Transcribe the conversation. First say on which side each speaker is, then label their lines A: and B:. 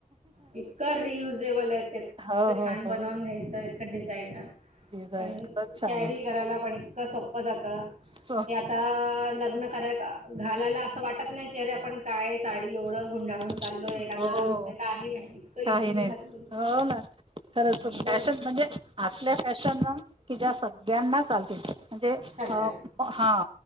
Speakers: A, on the right (about 55°); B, on the right (about 40°).
A: इतकं रियुजेबल आहे, इतकं
B: हो हो
A: छान बनवून
B: हो
A: घ्यायचं. का डिझाईन.
B: डिझाईन
A: आणि
B: खरंच छान
A: कॅरी
B: आहे
A: करायला पण. कसं उगच आता,
B: सो
A: की आता लग्न करत घालायला. असं वाटत नाही की अरे, आपण काय साडी एवढं. गुंडाळून. चाललोय
B: हो
A: का गरम होते काही नाही इतकं इझिली
B: काही नाही
A: घालून
B: हो ना खरच,
A: एकदम
B: फॅशन म्हणजे असल्या फॅशन ना की ज्या सगळ्यांना चाल म्हणजे
A: सगळ्या
B: हा